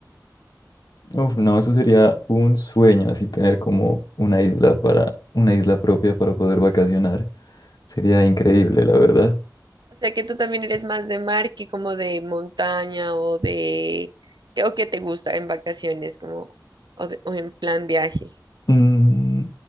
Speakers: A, on the left; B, on the right.
A: Uf, no, eso sería un sueño, así tener como una isla para, una isla propia para poder vacacionar. Sería increíble, la verdad.
B: O sea, que tú también eres más de mar que como de montaña o de... o que te gusta en vacaciones, como, o, de- o en plan viaje.
A: Mm,